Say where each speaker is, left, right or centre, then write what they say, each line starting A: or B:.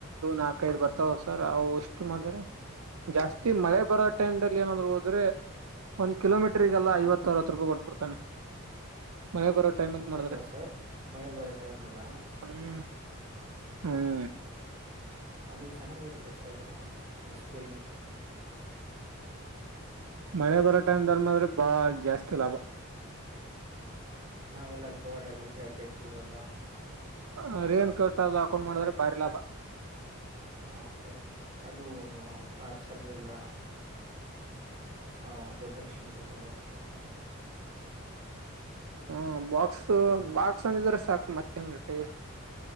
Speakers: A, on the right (about 80°); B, on the right (about 30°).
A: ನಾಕೈದು ಬರ್ತಾವ ಸರ್ ಅವು ಎಷ್ಟು ಮಾಡತ್ರ ಜಾಸ್ತಿ ಮಳೆ ಬರೋ ಟೈಮ್ಲ್ಲಿ ಏನಾದ್ರು ಹೋದ್ರೆ ಒ ಕಿಲೋೀಟರ್ರಿಗೆಲ್ಲ
B: ಹಾ
A: ಐವತ್ತರವ ರೂಪ ಕೊಟಬಿಡ್ <inaudible> ಮಳೆ ಬರೋ ಟೈಮ್ ಅಲ್ಲಿ
B: ಹೌದಾ
A: ಮಾಡಿದ್ರೆ
B: ಸರ್ ಮಳೆ ಬರೋ ಟೈಮ್ ಎಲ್ಲ
A: ಹ್ಮ್ ಹ್ಮ್
B: ಅದು ಚೆನ್ನಾಗಿರುತ್ತೆ ಸರ್ ಅದು ಎಕ್ಸ್ಪೀರಿಯನ್ಸ
A: ಮಳೆ ಬರೋ ಟೈಮ್ ದಲ್ ಮಾತ್ರ್ರೆ ಬಾಳ ಜಾಸ್ತಿ ಲಾಭ
B: ಹ್ಮ ನಾವೆಲ್ಲಾ ಕವರ್ ಆಗದು ಜಾಕೆಟ್ಟು ಎಲ್ಲ
A: ಆ ರೈನ್ಕೋಟ್ ಅದು ಹಾಕೊಂಡ್ ಮಾಡಿದ್ರೆ ಭಾರಿ ಲಾಭ
B: ಹಾ ಸರ ಅದು ಪಾರ್ಸಲ್ಗೆಲ್ಲ ಹ ಪ್ರೊಟೆಕ್ಷನ್ ಬತಲ್ಲ
A: ಹ್ಮ್ ಬಾಕ್ಸ್ ಬಾಕ್ಸ್ ಅಂದ ಇದ್ರ ಸಾಕು ಮತ್ತ ಏನ ಬೇಕಾಗಿಲ್ಲ